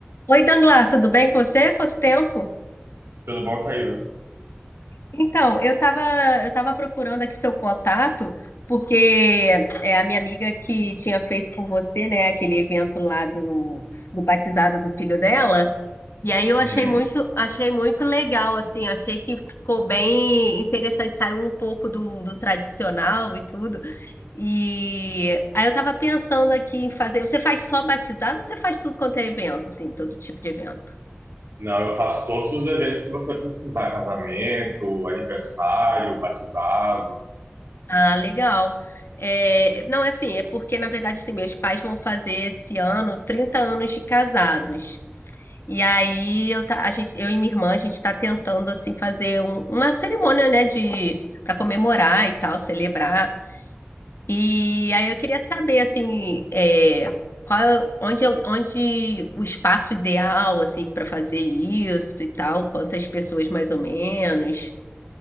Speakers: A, on the left; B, on the right.
A: Oi, Danglar, tudo bem com você? Quanto tempo?
B: Tudo bom, Thaisa?
A: Então, eu estava eu tava procurando aqui seu contato, porque é a minha amiga que tinha feito com você, né, aquele evento lá do, do batizado do filho dela. E aí eu achei
B: Uhum.
A: muito, achei muito legal, assim, achei que ficou bem interessante, saiu um pouco do, do tradicional e tudo. E aí eu tava pensando aqui em fazer, você faz só batizado ou você faz tudo quanto é evento, assim, todo tipo de evento?
B: Não, eu faço todos os eventos que você precisar, casamento, aniversário, batizado.
A: Ah, legal. É, não, é assim, é porque, na verdade, assim, meus pais vão fazer esse ano 30 anos de casados. E aí eu, tá- a gente, eu e minha irmã, a gente está tentando assim fazer um- uma cerimônia, né, de para comemorar e tal, celebrar. E aí eu queria saber assim, é, qual, é- onde, eu- onde o espaço ideal assim para fazer isso e tal, quantas pessoas mais ou menos?